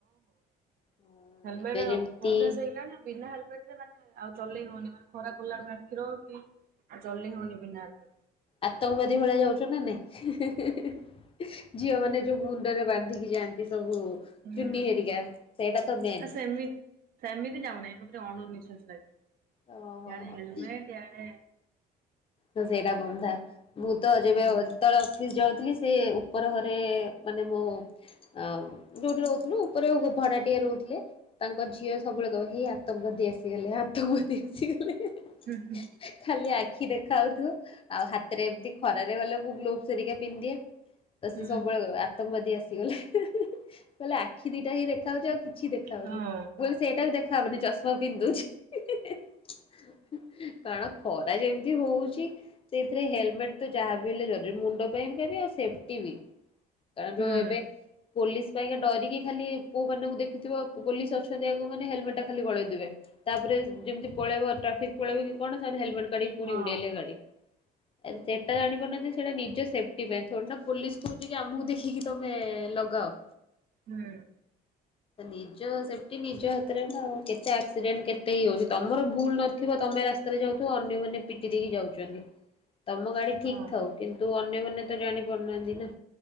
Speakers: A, on the left; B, on the right.
A: ହଁ
B: ହେଲମେଟ୍
A: ଏବେ
B: ଅ
A: ଯେମିତି
B: ଅଭ୍ୟାସ ହେଇଗଲାଣି ଆ ବିନା ହେଲମେଟ୍ ରେ ମାନେ ଆଉ ଚଲେଇ ହଉନି, ମାନେ ଖରା ପଡ଼ିଲା ବେଳକୁ ଆଖିର କି ଆଉ ଚଲେଇ ହଉନି ବିନା ହେଲ୍ ମେ
A: ଆତଙ୍କବାଦୀ ଭଳିଆ ଯାଉଛ ନା ନାଇଁ? ହିଁ, ହିଁ, ହିଁ, ହିଁ। ଝିଅ ମାନେ ଯୋଉ ମୁଣ୍ଡରେ ବାନ୍ଧିକି ଯାଆନ୍ତି ସବୁ
B: ହୁଁ
A: ଚୁନି ହେରିକା ସେଇଟା ତ ମେନ୍।
B: ନା ସେମିତି ସେମିତି ଯାଉନାଁଇ ମତେ ଟିକେ ଅଣ ନିିଶ୍ଵାସୀ ଲାଗେ।
A: ଓହୋ।
B: ଇଆଡେ ହେଲମେଟ୍ ଇଁଆଡେ
A: ତ ସେଇଟା ବନ୍ଧା। ମୁଁ ତ ଯେବେ
B: ହୁଁ।
A: ଓ ଯେତେଅଳେ ଅଫିସ୍ ଯାଉଥିଲି, ସେ ଉପର ଘରେ ମାନେ ମୋ ଅମ୍ ଯୋଉଠି ରହୁଥୁଲୁ ଉପରେ ଉ-ଭଡାଟିଆ ରହୁଥିଲେ। ତାଙ୍କ ଝିଅ ସବୁବେଳେ କହିବ ହେ, ଆତଙ୍କବାଦୀ ଆସିଗଲେ! ଆତଙ୍କବାଦୀ ଆସିଗଲେ! <unintelligible>
B: ହୁଁ, ହୁଁ।
A: ଖାଲି ଆଖି ଦେଖାଉଥୁବ। ଆଉ ହାତରେ ଏମତି ଖରାରେ ଗଲେ ମୁଁ ଗ୍ଲୋଭସ୍ ହେରିକା ପିନ୍ଧିଦିଏ। ତ
B: ହଁ
A: ସିଏ ସବୁବେଳେ କହିବ ଆତଙ୍କବାଦୀ ଆସିଗଲେ ହିଁ, ହିଁ, ହିଁ, ଖାଲି ଆଖି ଦିଟା ହିଁ ଦେଖା ଯାଉଛି। ଆଉ କି କିଛି ଦେଖା ହଉନି,
B: ହଁ
A: ବୋଲି ସେଇଟା ବି ଦେଖାହବନି ଚଷମା ପିନ୍ଧିଦଉଛି। <unintelligible> କାରଣ ଖରା ଯେମ୍ ତି ହଉଛି। ସେଇଥିରେ ହେଲମେଟ୍ ତ ଯାହା ବି ହେଲେ ଜରୁରୀ। ମୁଣ୍ଡ ପାଇଁ ଆଉ ସେଫ୍ଟି ବି। କାରଣ
B: ହୁଁ
A: ଯୋଉ ଏବେ ପୋଲିସ ପାଇଁ କା ଡରିକି ଖାଲି ପୁଅମାନଙ୍କୁ ଦେଖିଥିବ, ପୋଲିସ ଅଛନ୍ତି ଆଗକୁ ମାନେ ହେଲମେଟ୍ ଟା ଖାଲି ଗଲେଇଦେବେ। ତା'ପରେ ଯେମିତି ପଳେଇବ। ଟ୍ରାଫିକ୍ ପଳେଇବ କି କଣ ସେମିତି ହେଲମେଟ୍ କାଢିକି ପୁଣି
B: ହଁ
A: ଉଡେଇଲେ ଗାଡି। ସେଟା ଜାଣି ପାରୁନାହାଁନ୍ତି। ସେଇଟା ନିଜ ସେଫ୍ଟି ପାଇଁ, ଥୋଡି ନା ପୋଲିସ କହୁଛି କି, ଯେ ଆମକୁ ଦେଖିକି ତମେ-ଏ ଲଗାଅ।
B: ହୁଁ।
A: ନିଜ ସେଫ୍ଟି ନିଜ ହାତରେ ନା ଆଉ। କେତେ ଆକ୍ସିଡେଣ୍ଟ କେତେ ହେଇଯାଉଛି, ତମର ଭୁଲ ନ ଥିବ ତମେ ରାସ୍ତାରେ ଯାଉଥିବ। ଅନ୍ୟମାନେ ପିଟି ଦେଇକି ଯାଉଚନ୍ତି, ତମ ଗାଡି
B: ହଁ
A: ଠିକ୍ ଥାଉ। କିନ୍ତୁ ଅନ୍ୟମାନେ ତ ଜାଣି ପାରୁନାହାଁନ୍ତି ନା।